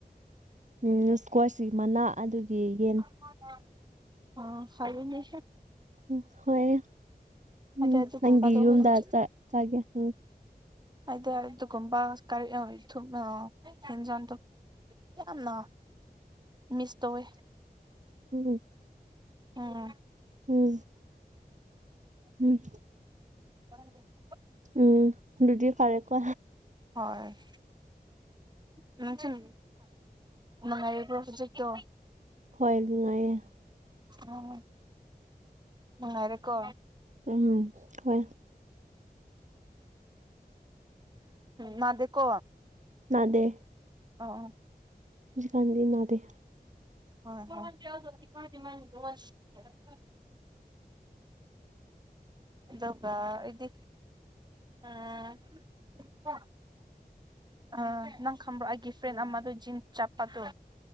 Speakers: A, on the right; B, on the right.
A: ꯎꯝ ꯏꯁꯀ꯭ꯋꯥꯁ ꯃꯅꯥ ꯑꯗꯨꯒꯤ ꯌꯦꯟ
B: <unintelligible> ꯑꯣ ꯐꯅꯦ
A: ꯎ ꯍꯣꯏ
B: ꯑꯩꯗꯤ
A: ꯎꯝ
B: ꯑꯗꯨꯒꯨꯝꯕꯗꯣ
A: ꯅꯪꯒꯤ ꯌꯨꯝꯗ
B: ꯍꯧꯖꯤꯛ
A: ꯆꯒꯦ ꯎꯝ
B: <unintelligible> ꯀꯅꯥ ꯃꯤꯁ ꯇꯧꯋꯦ
A: <unintelligible>
B: ꯑꯣ
A: ꯎꯝ ꯎꯝ
B: <unintelligible>
A: ꯎꯝ ꯑꯗꯨꯗꯤ ꯐꯔꯦ ꯀꯣ
B: ꯍꯣꯏ ꯅꯪ ꯁꯨꯝ ꯅꯨꯡꯉꯥꯏꯔꯕ꯭ꯔꯣ ꯍꯧꯖꯤꯛꯇꯣ
A: ꯍꯣꯏ ꯅꯨꯡꯉꯥꯏꯌꯦ
B: ꯎꯝ ꯅꯨꯡꯉꯥꯏꯔꯤꯀꯣ
A: ꯎꯝ ꯍꯣꯏ
B: ꯃꯗꯤꯀꯣ
A: ꯅꯥꯗꯦ
B: ꯑꯣ ꯑꯣ
A: ꯍꯧꯖꯤꯛ ꯀꯥꯟꯗꯤ ꯅꯗꯦ
B: <unintelligible> ꯑꯗꯨꯒ ꯏꯗꯤ ꯎꯝ ꯑ ꯅꯪ ꯈꯪꯕ꯭ꯔꯣ ꯑꯩꯒꯤ ꯐ꯭ꯔꯦꯟ ꯑꯃꯗꯣ ꯖꯤꯟ ꯆꯠꯄꯗꯣ